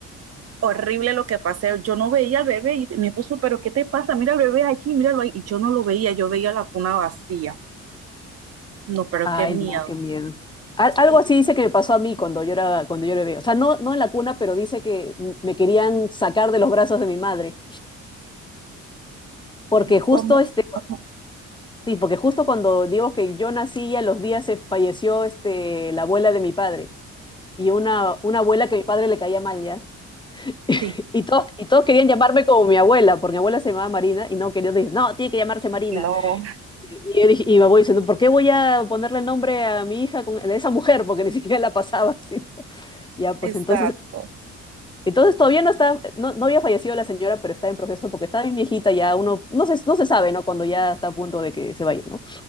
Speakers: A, on the right; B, on the left.
A: horrible lo que pasé. Yo no veía al bebé y mi esposo, pero ¿qué te pasa? Mira al bebé allí, míralo ahí. Y yo no lo veía, yo veía la cuna vacía. No, pero
B: ay,
A: qué miedo.
B: no, qué miedo. Al- Algo
A: Sí,
B: así dice que me pasó a mí cuando yo era, cuando yo era bebé. O sea, no, no en la cuna, pero dice que m- me querían sacar de los brazos de mi madre porque justo
A: ¿cómo?
B: este,
A: <laughs>
B: Sí, porque justo cuando digo que yo nací, a los días se falleció este, la abuela de mi padre. Y una, una abuela que a mi padre le caía mal, ¿ya? <laughs>
A: Sí,
B: Y todos, y todos querían llamarme como mi abuela, porque mi abuela se llamaba Marina, y no quería decir, no, tiene que llamarse Marina.
A: no,
B: Y, yo dije- y mi abuelo diciendo, ¿por qué voy a ponerle el nombre a mi hija con, de esa mujer? Porque ni siquiera la pasaba. <laughs> ¿sí? Ya, pues
A: exacto,
B: entonces, entonces todavía no está, no, no había fallecido la señora, pero está en proceso porque está bien viejita, ya uno, no se, no se sabe, ¿no? Cuando ya está a punto de que se vaya, ¿no?